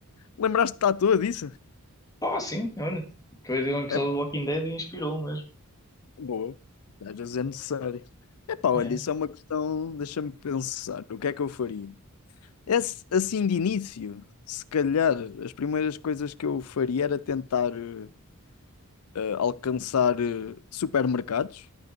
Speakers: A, on the left; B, on the left.
A: Lembraste-te à toa disso?
B: Pá, sim, olha, acabei de ver um episódio
A: É pá,
B: do Walking Dead e inspirou mesmo.
A: boa. Às vezes é necessário. É pá,
B: Ah,
A: olha,
B: É.
A: isso é uma questão. Deixa-me pensar. O que é que eu faria? Esse- assim, de início, se calhar, as primeiras coisas que eu faria era tentar eh, eh, alcançar eh, supermercados,